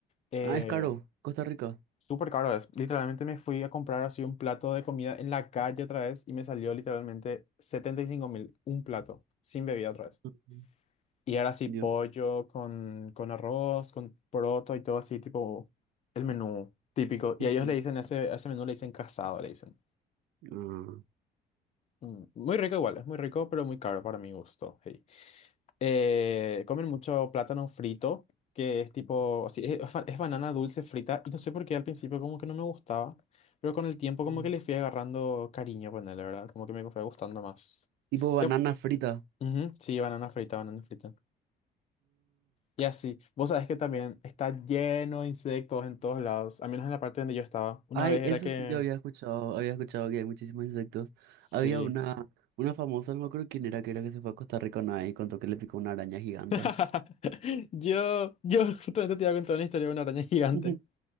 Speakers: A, on the left (about 40°); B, on the right (about 75°).
A: Eh,
B: Ah, es caro, Costa Rica.
A: súper caro es. Literalmente me fui a comprar así un plato de comida en la calle otra vez y me salió literalmente setenta y cinco mil. Un plato, sin bebida otra vez.
B: Ujú.
A: Y ahora sí,
B: Dios
A: pollo
B: mío.
A: con, con arroz, con poroto y todo así, tipo, el menú típico. Y
B: Ujú.
A: a ellos le dicen ese, a ese menú le dicen casado, le dicen.
B: Ah.
A: Mm, Muy rico igual, es muy rico, pero muy caro para mi gusto. hey. Eh, comen mucho plátano frito, que es tipo, así, es, es ba- es banana dulce frita, y no sé por qué al principio como que no me gustaba, pero con el tiempo como
B: Mm.
A: que le fui agarrando cariño, ponele, ¿verdad? Como que me fue gustando más.
B: Tipo banana
A: Ya,
B: frita.
A: ujú, sí, banana frita, banana frita. Y así, vos sabés que también está lleno de insectos en todos lados, al menos en la parte donde yo estaba. Una
B: Ay,
A: vez era
B: eso
A: que,
B: sí yo había escuchado, había escuchado que hay muchísimos insectos.
A: sí.
B: Había una, una famosa, no me acuerdo quién era, que era que se fue a Costa Rica una vez y contó que le picó una araña gigante.
A: <laughs> Yo, yo justamente te iba a contar una historia de una araña <laughs> gigante.
B: <laughs>